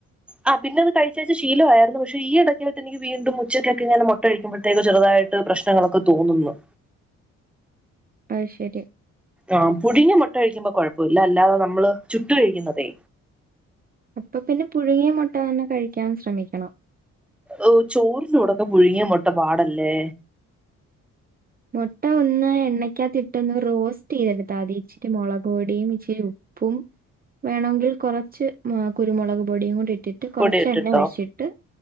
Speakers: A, in the centre; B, on the right.
A: ആ പിന്നെ അത് കഴിച്ച് കഴിച്ച് ശീലായാരുന്ന് പശെ ഈ എടയ്ക്ക് വെച്ച് എനിക്ക്‌ വീണ്ടും ഉച്ചക്ക് ങ്ങനെ മൊട്ടാ കഴിക്ക് മ്പോഴ്ത്തെക്ക് ചെറ്തായിട്ട് പ്രശ്നങ്ങളെക്കേ തെന്ന്ന്ന്
B: അയ്ശെരി
A: ആ പുഴുങ്ങിയാ മൊട്ടാ കഴിക്ക്മ്പോ കൊഴപ്പയില്ലാ അല്ലാതെ നമ്മള് ചൂട്ട് കഴിക്ക്ന്നാതെ
B: അപ്പം പിന്നെ പുഴുങ്ങിയാ മൊട്ടാ തന്നെ കഴിക്കാൻ ശ്രമിക്കാണം
A: ഓ ചോറിൻ്റെ കൂടാക്കേ പുഴുങ്ങിയാ മൊട്ടാ പാടല്ലേ
B: മുട്ട ഒന്ന് എണ്ണയ്ക്കകത്തിയിട്ടന്ന് റോസ്റ്റ് ചെയ്തെടുത്താൽ മതി ഇച്ചിരി മുളക് പൊടിയും ഇച്ചിരി ഉപ്പും വേണമെങ്കിൽ കെറച്ച് കുരുമുളക് പൊടിയും കൂടി ഇട്ട ഇട്ടിട്ട് കുറച്ച
A: പൊടി ഇട്ടിട്ടോ
B: എണ്ണ ഒഴിച്ചിട്ട്